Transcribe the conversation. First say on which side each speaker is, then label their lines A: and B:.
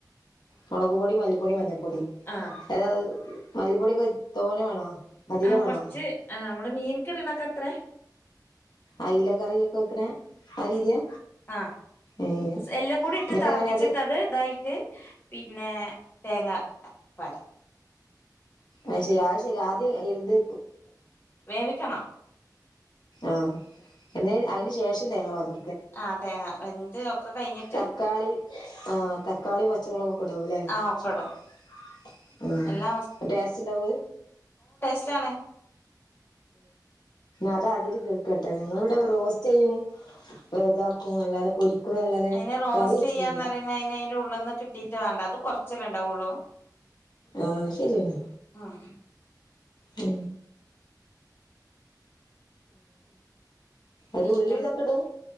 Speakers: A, on the left; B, on the left.
A: മുളക് പൊടി മല്ലിപ്പൊടി മഞ്ഞപ്പൊടി
B: ആ
A: അഏത മല്ലിപ്പൊടിയൊക്കെ തോനെ വേണോ അധികം
B: ആ
A: വേണോ
B: കൊറച്ച് ആ നമ്മള് മീൻ കെടണൊക്കെ എത്ര
A: അയില കറൊക്കെ വെക്കണേ ആ രീതിയാ
B: ആ
A: ഏ
B: എല്ലാം കൂടി ഇട്ട്
A: എന്നിട്ട്
B: തിളപ്പിച്ചിട്ട്
A: അങ്ങനെ
B: അത് ഇതായിട്ട് പിന്നെ തേങ്ങ പറ
A: ആ ശരി അത് ശരി ആദ്യം ഇന്ത്
B: വേവിക്കണം
A: ആഹ എന്നേ അതിന് ശേഷം തേങ്ങ വന്നു
B: ആഹ തേങ്ങ എന്ത് ഒക്കെ കഴിഞ്ഞിട്ട്
A: തക്കാളി തക്കാളി പച്ചമള ടല്ലേസ്ണ്ടാവ
B: ആ ഒക്കെ ഇടും എല്ലാ ച്ചണ
A: അതാദ്യരു കിൾക്ക കേട്ടെ ഞങ്ങള ഇവിടെ റോസ്റ്റ് ചെയ്യും ഇതാക്കും അല്ലാതെ പൊ കുല്ലാതെ
B: അതിന് റോസ്റ്റ്
A: കറി വെച്ചിട്ടില്ല
B: ചെയ്യാന്ന് പറയുന്ന അതിന് അതിന്റെ ഉള്ളിൽന്ന് കിട്ടിയിട്ട് വേണ്ട അത് കൊറച്ചല്ല ഉണ്ടാവുള്ളൂ
A: ആഹ ശരിയെന്നാ
B: ആഹ
A: ഉ അവ
B: പിന്നെ
A: ഉള്ളി ഇതൊക്കെ ഇടും